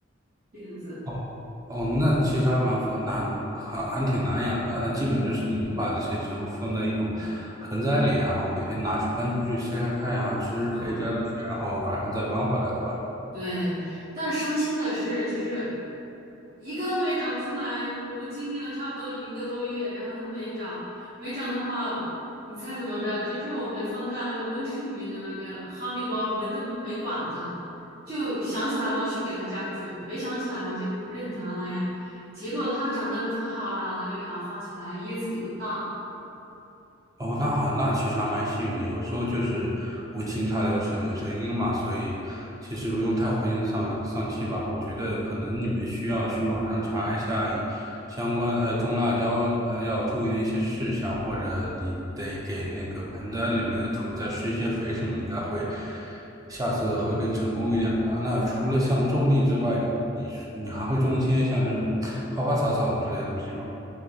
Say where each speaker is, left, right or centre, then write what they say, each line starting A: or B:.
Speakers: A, on the right (about 50°); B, on the right (about 20°).
A: 这样子，
B: 哦哦，那其实还蛮复难，还还挺难养的。那基本就是你们把这些植物放在一种盆栽里，然后每天拿出搬出去晒晒太阳啊，吃吃肥，
A: 嗯，
B: 浇浇水，然后晚上再搬回来的吧。
A: 对。但伤心的是，就是一个都没长出来。我们经历了差不多一个多月，然后它没长，没长的话，你猜怎么着？就是我们放在那个温室里面的那个哈密瓜，我们都没管它，就想起来嘛去给它加个水，没想起来嘛就任它那样。结果它长得可好了，那个芽发起来，叶子又大，
B: 哦，那好，那其实还蛮幸运的，有时候就是无情插柳柳柳成荫嘛，所以其实不用太灰心丧丧气吧。我觉得可能你们需要去网上查一下以相关呃种辣椒呃要注意的一些事项，或者你得给那个盆栽里面的土再施一些肥什么，应该会下次会更成功一点吧。那除了像种地之外，你你你还会种一些像这种花花草草之类的东西吗？